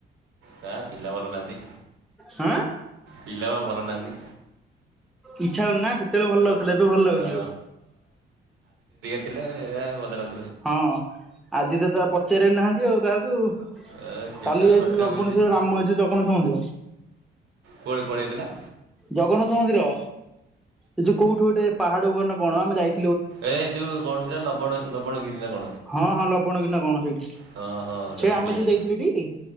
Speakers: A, on the right; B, in the centre.
A: କ ପିଲା ବାଲ ଦଦି
B: ହଁ
A: ପିଲ ବାବୁ। ଭଲ ନାହନ୍ତି।
B: ଇଚ୍ଛା ହଉନନି ନା? ସେତେବେଳେ ଭଲ ଲାଗୁଥିଲା ଏବେ ଭଲ ଲାଗୁନି
A: ଅ
B: ଆଉ।
A: <unintelligible>
B: ହଁ। ଚେରେ ନାହାନ୍ତି ଆଉ କା କାଲି
A: ଏ ସିଏ ତାର
B: ଯାଇଥିଲୁ
A: ବାଟରେ
B: ଲବୁଣୀସ୍ୱର
A: ବୁଲୁଛି
B: ରାମ ମନ୍ଦିର ଜଗନ୍ନାଥ ମନ୍ଦିର।
A: କୁଆଡେ କୁଆଡେ ଯାଇଥିଲା?
B: ଜଗନ୍ନାଥ ମନ୍ଦିର। ଏ ଯୋଉ କୋଉଠୁ ଗୋଟେ ପାହାଡ ବର୍ଣ୍ଣ କଣ ଆମେ ଯାଇ
A: ଏଇ ଯୋଉ କଣ ସେଟା ଲବଣ ଲବଣ ଗିରିନା କଣ?
B: ହଁ ହଁ ଲବଣ ଗିରି‌ ନା କଣ ସେଇଠି
A: ହଁ ହଁ ଜଟଣୀ
B: ସେ ଆମେ
A: ଆଡ଼େ
B: ଯୋଉ ଜାଇ ଥିଲୁଟି।